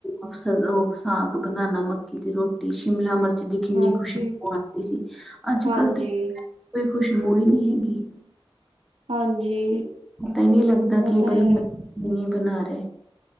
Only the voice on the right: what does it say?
ਹਾਂਜੀ,
ਹਾਂਜੀ,
ਹਾਂਜੀ
ਉਹ
ਤਾਂ
ਹੈ।